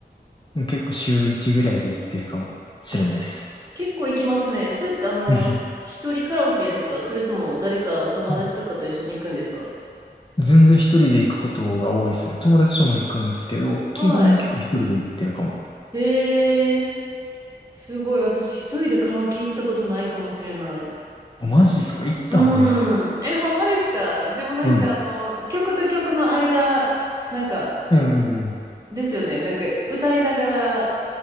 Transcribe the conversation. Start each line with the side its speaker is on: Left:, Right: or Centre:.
Left: 結構週1ぐらいで行ってるかもしれないです。
Right: あ、結構行きますね。それってあの、
Left: うん
Right: 一人カラオケですかそれとも誰かお友達とかと一緒に行くんですか
Left: あ、全然一人で行くことが多いですね。友達とも行くんですけど、基本結構一人で行ってるかも。
Right: はい。へえ、すごい。私一人でカラオケ行ったことないかもしれない。
Left: あ、マジっすか行った方がいいっす。
Right: うーん。え、ほんまですかでもなんかあの、
Left: うん。
Right: 曲と曲の間、なんか、
Left: <laughs> うんうんうん。
Right: ですよね。なんか歌いながら、